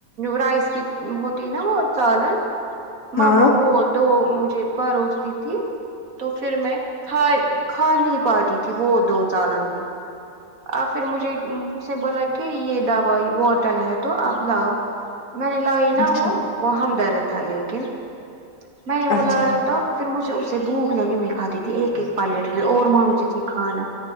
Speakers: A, on the right; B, on the left.
A: رائس کی ہوتی ہے نا وہ چالن
B: ہاں
A: ماما وہ دو مجھے پروس دی تھی تو پھر میں ک کھا نہیں پاتی تھی وہ دو چالن بھی اور پھر مجھے اس نے بولا کہ یہ دوائی بوٹل ہے تو آپ لاؤ میں نے لائی نا
B: اچھا
A: وہ وہ ہمدرد تھا لیکن میں نے وہ
B: اچھا
A: لایا تو پھر مجھے اسے بھوک لگی میں کھاتی تھی ایک ایک پلیٹ اور مجھے تی کھانا